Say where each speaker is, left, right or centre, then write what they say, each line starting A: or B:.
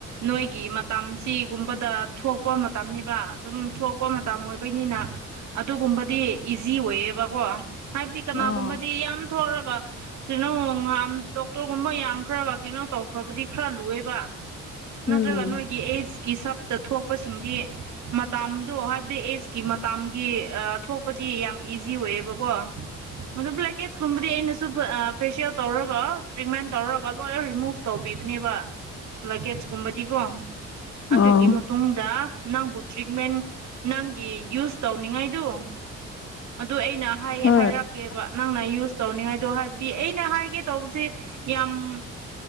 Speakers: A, on the right (about 65°); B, on the left (about 45°).
A: ꯅꯣꯏꯒꯤ ꯃꯇꯝ ꯁꯤꯒꯨꯝꯕꯗ ꯊꯣꯛꯄ ꯃꯇꯝꯅꯤꯕ ꯑꯗꯨꯝ ꯊꯣꯛꯄ ꯃꯇꯝ ꯑꯣꯏꯕꯩꯅꯤꯅ ꯑꯗꯨꯒꯨꯝꯕꯗꯤ ꯑꯣꯏꯕꯣ ꯍꯥꯏꯕꯗꯤ ꯀꯅꯥꯒꯨꯝꯕ
B: ꯑꯣ
A: ꯌꯥꯝ ꯊꯒ ꯀꯩꯅꯣ ꯗꯣꯛꯇꯔꯒꯨꯝꯕ ꯌꯥꯡꯈ꯭ꯔꯕ ꯀꯩꯅꯣ ꯇꯧꯈ꯭ꯔꯕꯗꯤ ꯈꯔ ꯂꯨꯑꯦꯕ ꯅꯠꯇ꯭ꯔꯒ
B: ꯎꯝ
A: ꯅꯣꯏꯒꯤ ꯑꯩꯠꯁꯀꯤ ꯁꯞꯇ ꯊꯣꯛꯄꯁꯤꯡꯗꯤ ꯃꯇꯥꯝꯗꯣ ꯍꯥꯏꯕꯗꯤ ꯑꯦꯖꯀꯤ ꯃꯇꯥꯝꯒꯤ ꯊꯣꯛꯄꯗꯤ ꯌꯥꯝ ꯏꯖꯤ ꯑꯣꯏꯌꯦꯕꯀꯣ ꯑꯗꯨ ꯕ꯭ꯂꯦꯛꯀꯦꯠꯁꯀꯨꯝꯕꯗꯤ ꯑꯩꯅꯁꯨ ꯐꯦꯁꯤꯌꯦꯜ ꯇꯧꯔꯒ ꯇ꯭ꯔꯤꯠꯃꯦꯟ ꯇꯧꯔꯒ ꯀ ꯂꯣꯏꯅ ꯔꯤꯃꯨꯚ ꯇꯧꯕꯤꯕꯅꯦꯕ ꯂꯒꯦꯖꯀꯨꯝꯕꯗꯤꯀꯣ ꯑꯗꯨꯒꯤ
B: ꯑꯣ
A: ꯃꯇꯨꯡꯗ ꯅꯪꯕꯨ ꯇ꯭ꯔꯤꯠꯃꯦꯟ ꯅꯪꯒꯤ ꯌꯨꯁ ꯇꯧꯅꯤꯡꯉꯥꯏꯗꯨ ꯑꯗꯨ ꯑꯩꯅ
B: ꯍꯣꯏ
A: ꯍꯥꯏꯔꯛꯀꯦꯕ
B: ꯑ
A: ꯅꯪꯅ ꯌꯨꯁ ꯇꯧꯅꯤꯡꯉꯥꯏꯗꯣ ꯍꯥꯏꯕꯗꯤ ꯑꯩꯅ ꯍꯥꯏꯒꯦ ꯇꯧꯕꯁꯦ ꯌꯥꯝ